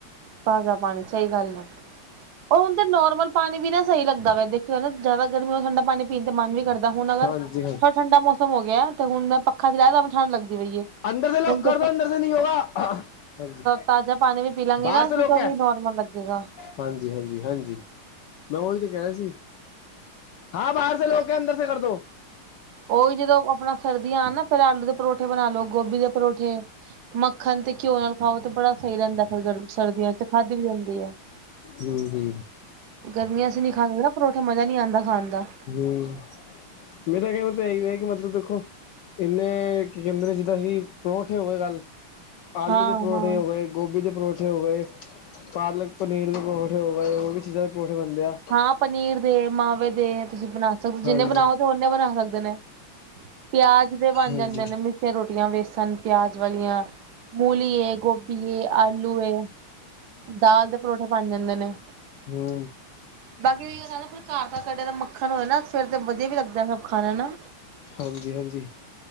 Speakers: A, on the right (about 70°); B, on the left (about 75°).
A: ਤਾਜ਼ਾ ਪਾਨੀ, ਸਈ ਗੱਲ ਏ। ਓ ਹੂਣਤੇ ਨੋਰਮਲ ਪਾਣੀ ਵੀ ਨਾ ਸਈ ਲੱਗਦਾ ਵੇ ਦੇਖੇਆ ਜਾਏ ਨਾਂ ਗਰਮੀ ਠੰਡਾ ਪਾਣੀ ਪੀਣ ਦੇ ਮਨ ਵੀ ਨੀਂ ਕਰਦਾ, ਤੇ ਹੁਣ ਅਗਰ
B: ਹਾਂਜੀ
A: ਥੋੜਾ
B: ਹਾਂ
A: ਠੰਡਾ ਮੌਸਮ ਹੋ ਗਿਆ ਤੇ ਹੁਣ ਮੈਂ ਪ ਚਲਾਯਾ ਤਾਂਵੀ ਠੰਡ ਲਗਦੀ ਪਈਏ,
B: ਅੰਦਰ ਦੇ ਲੋਕ
A: ਹੁਣ <unintelligible>
B: ਕਰ ਦੋ ਅੰਦਰ ਸੇ ਨਹੀਂ ਹੋਗਾ ਹਾਂਜੀ
A: ਤਾਜਾ ਪਾਣੀ ਵੀ ਪੀ ਲਾਂਗੇ
B: ਬਾਹਰ
A: ਨਾ
B: ਸੇ
A: ਅਸੀਂ
B: ਲੋਕ
A: ਤਾਂ ਉਹ
B: ਐ
A: ਵੀ ਨੋਰਮਲ ਲੱਗੇਗਾ
B: ਹਾਂਜੀ, ਹਾਂਜੀ-ਹਾਂਜੀ, ਮੈਂ ਓਈ ਤੇ ਕੈ ਰੇਯਾ ਸੀ। ਹਾਂ, ਬਾਹਰ ਸੇ ਲੋਕ ਹੈ ਅੰਦਰ ਸੇ ਕਰਦੋ।
A: ਓਈ ਜਦੋਂ ਅਪਣਾ ਸਰਦੀਆਂ ਆਨ ਨਾ ਫੇਰ ਆਲੂ ਦੇ ਪਰੌਠੇ ਬਣਾ ਲੋ, ਗੋਭੀ ਦੇ ਪਰੌਠੇ ਮੱਖਨ ਤੇ ਘਿਓ ਨਾਲ ਖਾਓ ਤੇ ਬੜਾ ਸਈ ਰੈਂਦਾ, ਫੇਰ ਗਰ ਸਰਦੀਆਂ ਖਾਦੀ ਵੀ ਜਾਂਦੀ ਏ।
B: ਹੁੰ-ਹੁੰ।
A: ਗਰਮੀਆਂ'ਚ ਨੀਂ ਖਾਂਦੇ ਨਾ ਪਰੌਂਠੇ ਮਜ਼ਾ ਨੀਂ ਆਂਦਾ ਖਾਨ ਦਾ।
B: ਵੇ, ਮੇਰਾ ਏ ਮਤਲਬ ਤਾਂਏਹੀ ਏ ਕਿ ਦੇਖੋ ਏਨੇ ਕੀ ਕੈਂਦੇ ਨੇ ਜਿੱਦਾਂ ਅਹੀ ਪਰੌਂਠੇ ਹੋ ਗਏ ਗੱਲ ਆਲੂ
A: ਹਾਂ
B: ਦੇ ਪਰੌਠੇ
A: ਹਾਂ
B: ਹੋ ਗਏ, ਗੋਬੀ ਦੇ ਪਰੌਂਠੇ ਪਰਠੇ ਹੋ ਗਏ, ਪਾਲਕ ਪਨੀਰ ਦੇ ਪਰੌਂਠੇ ਹੋ ਗਏ, ਹੋਰ ਵੀ ਚੀਜ਼ਾਂ ਦੇ ਪਰੌਂਠੇ ਬਣਦੇ ਆ
A: ਹਾਂ, ਪਨੀਰ ਦੇ, ਮਾਵੇ ਦੇ ਤੁਸੀਂ ਬਣਾ ਜਿੰਨੇ
B: ਹਾਂਜੀ
A: ਬਨਾਓ ਤੇ ਓਨੇ ਬਣਾ ਸਕਦੇ ਨੇ ਪਿਆਜ ਦੇ ਬਨ
B: ਹਾਂਜੀ
A: ਜਾਂਦੇ ਨੇ। ਮਿਸੀਆਂ ਰੋਟੀਆਂ ਵੇਸਣ ਪਿਆਜ ਵਾਲੀਆਂ ਮੂਲੀ ਏ, ਗੋਭੀ ਏ, ਆਲੂ ਏ, ਦਾਲ ਦੇ ਪਰੌਠੇ ਬਨ ਜਾਂਦੇ ਨੇ।
B: ਹੁੰ।
A: ਬਾਕੀ ਫਿਰ ਏਹੀ ਹੁੰਦਾ ਨਾਂ ਘਰ ਦਾ ਕੱਢੇਯਾ ਦਾ ਮੱਖਣ ਹੋਏ ਨਾ, ਫੇਰ ਤੇ ਵਦੀਆ ਵੀ ਲੱਗਦਾ ਸਬ ਖਾਣਾ, ਹੈਨਾ।
B: ਹਾਂਜੀ-ਹਾਂਜੀ,